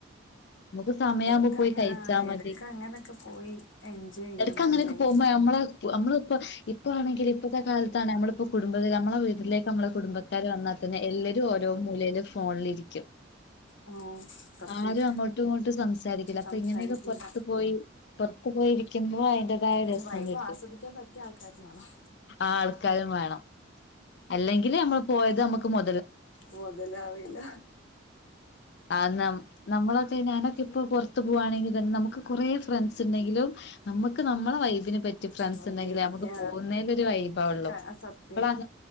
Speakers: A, on the left; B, on the left.
A: നമുക്ക് സമയാവുമ്പോ
B: എടുക്ക
A: പോയി
B: അങ്ങനെ
A: കഴിച്ചാ
B: ആ
A: മതി
B: എടുക്ക അങ്ങനൊക്കെ പോയി എൻജോയ് ചെയ്യണം
A: എടക്ക്
B: നല്ല
A: അങ്ങനെയൊക്കെ
B: ലൈഫ്
A: പോവുമ്പോ ഞമ്മള് അമ്മളിപ്പോ ഇപ്പ ആണെങ്കില് ഇപ്പത്തെ കാലത്താണെ നമ്മളിപ്പോ കുടുംബത്തില് നമ്മ ളെ വീട്ടിലേക്ക് നമ്മളെ കുടുംബക്കാര് വന്നാ തന്നെ എല്ലരും ഓരോ മൂലേല് ഫോണിലിരിക്കും
B: ഓ സത്യം
A: ആരും അങ്ങോട്ടും ഇങ്ങോട്ടും സംസാരിക്കില്ല അപ്പൊ
B: സംസാരിക്കില്ല
A: ഇങ്ങനെയൊക്കെ പൊറത്തു പോയി പൊറുത്ത് പോയിരിക്കുമ്പോ അതിന്റേതായ
B: അതിന്
A: രസം
B: വൈബ്
A: കിട്ടും
B: ആസ്വദിക്കാൻ പറ്റിയ ആൾക്കാരും വേണം
A: ആൾ കാരുംവേണം അല്ലെങ്കില് നമ്മൾ പോയത് നമുക്ക് മൊ
B: മൊതലാവില്ല
A: ആ നം നമ്മളൊക്കെ ഞാനൊക്കിപ്പൊ പുറത്തു പോവാണെങ്കിൽതന്നെ നമുക്ക് കൊറേ ഫ്രണ്ട്സ്ണ്ടെങ്കിലും നമ്മുക്ക് നമ്മടെ വൈബിന് പ മറ്റ് ഫ്രണ്ട്സുണ്ടെങ്കിൽ
B: വൈബിന് പറ്റിയ
A: നമുക്ക് പോവുന്നേലൊരു വൈബാവുള്ളു
B: ക സത്യം
A: അപ്പളാണ്